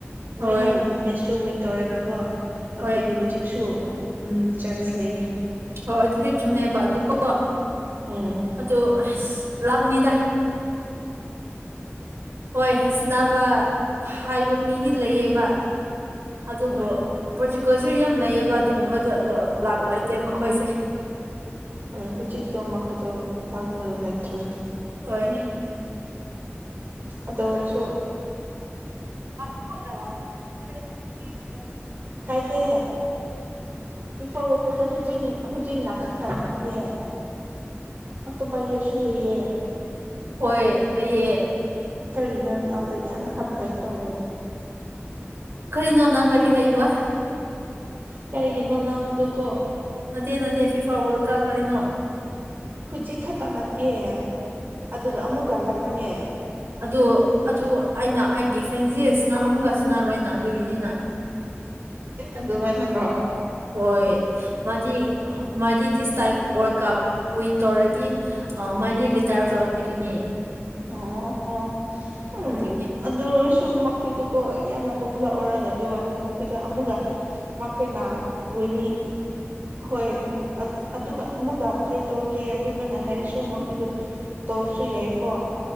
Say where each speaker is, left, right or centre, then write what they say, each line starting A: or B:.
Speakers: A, on the right; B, on the right.
A: ꯂꯣꯏꯅ
B: ꯍꯣꯏ
A: ꯃꯦꯠꯁꯁꯨ ꯋꯤꯟ ꯇꯧꯔꯒꯀꯣ ꯑꯩꯈꯣꯏꯗꯤ
B: ꯍꯣꯏ
A: ꯍꯧꯖꯤꯛꯁꯨ ꯎꯝ ꯆꯥꯟꯁ ꯂꯩꯌꯦ
B: ꯍꯣꯏ ꯑꯗꯨꯗꯤ ꯆꯨꯝꯃꯦꯕꯕꯥ ꯑꯗꯨꯀꯣ
A: ꯎꯝ
B: ꯑꯗꯨ ꯂꯥꯛꯅꯤꯗꯥ ꯍꯣꯏ ꯁꯤꯅꯕ ꯍꯥꯏꯕ ꯃꯤꯗꯤ ꯂꯩꯌꯦꯕ ꯑꯗꯨꯕꯨ
A: ꯍꯣꯏ ꯍꯣꯏ
B: ꯄ ꯆꯩ ꯀ ꯁ ꯌꯥꯝ ꯂꯩꯌꯦꯕ ꯑꯗꯨꯒꯨꯝꯕꯗꯣ ꯑꯗꯣ ꯂꯥꯛ ꯂꯩꯇꯦ ꯃꯈꯣꯏꯁꯦ
A: ꯍꯣꯏ ꯍꯧꯖꯤꯛꯇꯣ ꯃꯈꯣꯏꯗꯣ ꯂꯥꯛꯅ ꯂꯩꯇ꯭ꯔꯦ
B: ꯍꯣꯏ
A: ꯑꯗꯣꯔꯁ
B: <unintelligible>
A: ꯀꯥꯏꯗꯦ ꯄꯐꯕꯨꯄꯗ ꯍꯨꯖꯤ ꯍꯨꯖꯤꯅꯥ ꯈꯛꯇ ꯅꯠꯇꯦ ꯑꯇꯣꯞꯄ ꯌꯦꯁꯨ ꯂꯩꯌꯦ
B: ꯍꯣꯏ ꯂꯩꯌꯦ
A: ꯀꯔꯤꯒꯤ ꯅꯪ ꯑꯗ ꯌꯥꯝꯅ ꯍꯥꯔꯗ ꯋꯥꯔꯛ ꯇꯧꯋꯦ
B: ꯀꯔꯤꯅꯣ ꯅꯪ ꯀꯔꯤ ꯍꯥꯏꯕ
A: ꯀꯔꯤꯒꯤꯅꯣ ꯅꯪꯗꯨꯀꯣ
B: ꯅꯠꯇꯦ ꯅꯠꯇꯦ ꯐꯤꯐꯥꯎꯕ ꯀ ꯀꯔꯤꯅꯣ
A: ꯍꯧꯖꯤꯛ ꯈꯛꯇ ꯅꯠꯇꯦ ꯑꯗꯨꯒ ꯑꯃꯨꯛꯀꯂꯛꯈꯤꯅꯦ
B: ꯑꯗꯨ ꯑꯗꯨ ꯑꯩꯅ ꯑꯩꯒꯤ ꯐ꯭ꯔꯦꯟꯁꯦꯁꯅ ꯑꯃꯨꯛꯀ ꯁꯤꯟꯅꯔꯣꯏꯅ ꯑꯗꯨꯒꯤꯅꯤꯅ
A: ꯑꯗꯨꯃꯥꯏꯅꯠꯇ꯭ꯔꯣ
B: ꯍꯣꯏ ꯃꯥꯗꯤ ꯃꯗꯤ ꯁ ꯇꯥꯏꯝ ꯋꯥ ꯀꯞ ꯋꯤꯟ ꯇꯧꯔꯗꯤ ꯃꯗꯤ ꯔꯤꯇꯥꯌꯔ ꯇꯧꯔꯛꯈꯤꯒꯅꯤ
A: ꯑꯣ ꯍꯣ ꯎꯝ
B: ꯑꯗꯨꯒꯤ
A: ꯑꯗꯨꯁꯨ ꯃꯈꯣꯏꯗꯨ ꯀꯣ ꯌꯥꯝꯅ ꯄꯣꯄꯨꯂꯔ ꯑꯣꯏꯔꯒ ꯑꯗꯨꯣ ꯃꯈꯣꯏꯗ ꯑꯃꯨꯛꯒ ꯃꯈꯣꯏꯅ ꯋꯤꯂꯤꯟ ꯍꯣꯏ ꯎꯝ ꯑꯗꯨꯒ ꯑꯃꯒ ꯄ꯭ꯂꯦ ꯇꯧꯔꯒꯦ ꯑꯗꯨꯃꯅ ꯍꯥꯏꯔꯤ ꯁꯃꯛ ꯇꯁꯨ ꯌꯥꯏꯀꯣ